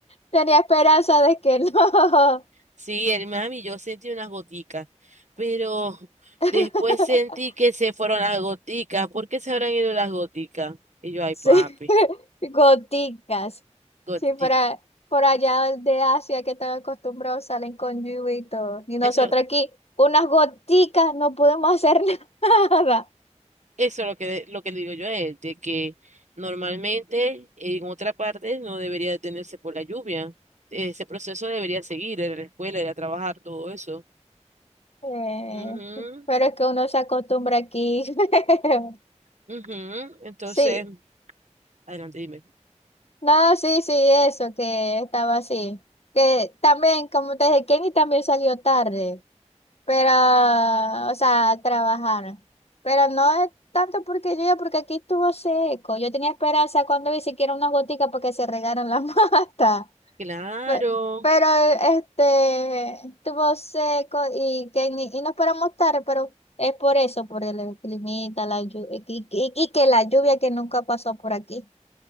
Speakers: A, on the left; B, on the right.
A: Tenía esperanza de que no.
B: Sí, el Miami, yo sentí unas goticas, pero
A: <laughs>
B: después sentí que se fueron las goticas. ¿Por qué se habrán ido las goticas? Y yo, ay,
A: Sí,
B: papi,
A: <laughs> goticas.
B: goticas.
A: Sí, para, por allá de Asia que están acostumbrados salen con lluvia y Y nosotros
B: Eso,
A: aquí, unas goticas, no podemos hacer <laughs> nada.
B: eso es lo que, lo que le digo yo a él, de que normalmente en otra parte no debería detenerse por la lluvia. Ese proceso debería seguir, ir a la escuela, ir a trabajar, todo eso.
A: Eh,
B: Ujú,
A: pero es que uno se acostumbra aquí. <laughs>
B: ujú. Entonces,
A: Sí,
B: adelante, dime.
A: No, sí, sí, eso, que estaba así. Que también, como te dije, Kenny también salió tarde, pero, o sea, a trabajar. Pero no es tanto porque yo, porque aquí estuvo seco. Yo tenía esperanza cuando vi siquiera unas goticas para que se regaran las <laughs> matas.
B: Claro.
A: Pe- Pero, este, estuvo seco y Kenny, y nos paramos tarde, pero es por eso, por el climita, la lluvia, y, y y que la lluvia que nunca pasó por aquí.